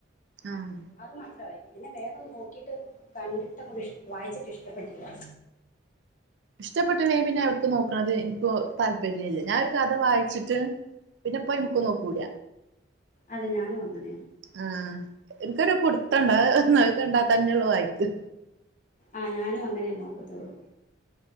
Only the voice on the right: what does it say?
ആഹ്
ഇഷ്ടപ്പെട്ടില്ലെ പിന്നെ അവർക്ക് നോക്കണത് എനിക്ക് താല്പര്യ ഇല്ല ഞാനൊരു കഥ വായിച്ചിട്ട് പിന്നെപ്പോ അയ്മക്ക് നോക്കൂല
ആഹ് എനിക്കൊരു പുടുത്തണ്ട് ആ കണ്ടാ തന്നെള്ളു വായിക്ക്